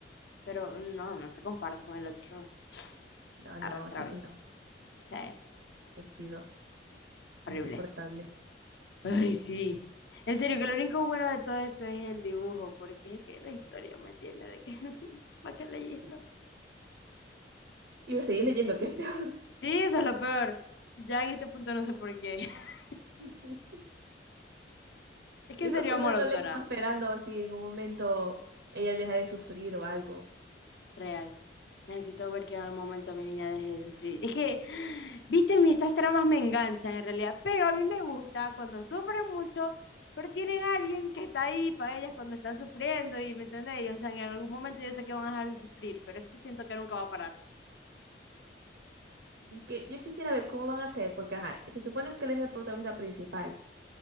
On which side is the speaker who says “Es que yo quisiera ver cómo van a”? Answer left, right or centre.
Right